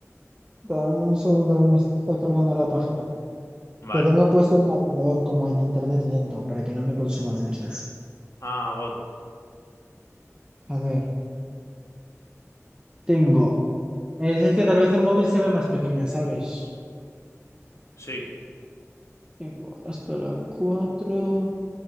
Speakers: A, on the right (about 20°); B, on the left (about 65°).
A: Dame un segundo que me está cargando la página.
B: Vale.
A: Que tengo puesto el navegador como en internet lento para que no me consuma mucho.
B: Ah, God.
A: A ver, tengo. eh, Es que tal vez en móvil se ve más pequeña, ¿sabes?
B: Sí.
A: Tengo hasta la cuatro.